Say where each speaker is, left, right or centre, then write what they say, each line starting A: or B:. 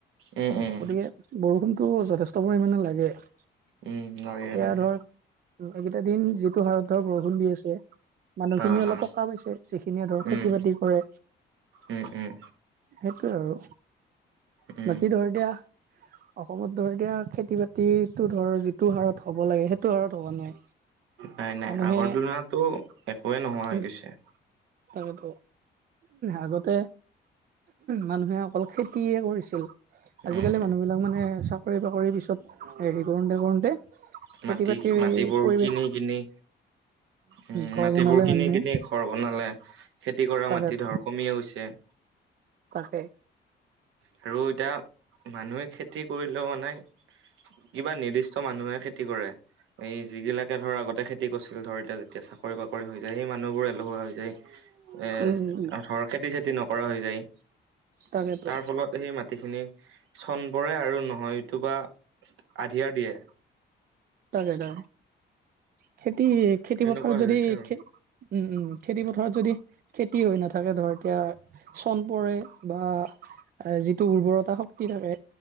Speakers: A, on the right; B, on the right.
A: উম-উম। <unintelligible>
B: গতিকে বৰষুণটো যথেষ্ট পৰিমাণে লাগে। <unintelligible>
A: উম নইত। কে
B: এতিয়া
A: লাগে?
B: ধৰ এইকেইটা দিন যিটো সাৰতধৰ বৰষুণ দি আছে। মানুহখিনি
A: অ
B: অলপ
A: অ
B: সকা পাইছে যিখিনিয়ে ধৰ
A: উম,
B: খেতি বাতি কৰে
A: উম, উম,
B: সেইটোৱে আৰু
A: উম,
B: বাকী ধৰ এতিয়া অসমত ধৰ এতিয়া খেতি বাতিটো ধৰ যিটো হাৰত হ'ব লাগে সেইটো হাৰত হ'ব নাই।
A: নাই নাই
B: মানুহে
A: আগৰ তুলনাতো একোৱে নোহোৱা হৈ
B: উম
A: গৈছে।
B: তাকেতো আগতে মানুহে অকল খেতিয়ে কৰিছিল। আজিকালি
A: উম,
B: মানুহবিলাক মানে চাকৰি বাকৰিৰ পিছত হেৰি কৰোতে কৰোতে খেতি
A: মাটি
B: বাতিৰ
A: মাটিবোৰ
B: এই পৰিৱেশ
A: কিনি কিনি উম
B: ঘৰ
A: মাটিবোৰ
B: বনালে
A: কিনি
B: মানুহে
A: কিনি ঘৰ বনালে খেতি কৰা
B: তাকেতো
A: মাটি ধৰ কমিয়ে গৈছে।
B: তাকে।
A: হেৰৌ এতিয়া মানুহে খেতি কৰিলেও মানে কিবা নিৰ্দিষ্ট মানুহে খেতি কৰে। এই যিগিলাকে ধৰ আগতে খেতি কৰিছিল ধৰ এতিয়া যেতিয়া চাকৰি বাকৰি হৈ যায় সেই মানুহ বোৰ এহুৱা হৈ যায়। এ
B: উম উম উম
A: ধৰ খেতি চেতি নকৰা হৈ যায়।
B: তাকেতো
A: তাৰ ফলত সেই মাটিখিনি চন পৰে আৰু নহয় এইটো বা আধিয়াৰ দিয়ে।
B: তাকে তা খেতি খেতি
A: সেনেকুৱা
B: পথাৰত
A: হৈ
B: যদি
A: গৈছে আৰু।
B: খে- উম উম খেতি পথাৰত যদি খেতি হৈ নাথাকে ধৰ এতিয়া চন পৰে বা যিটো উৰ্বৰতা শক্তি থাকে।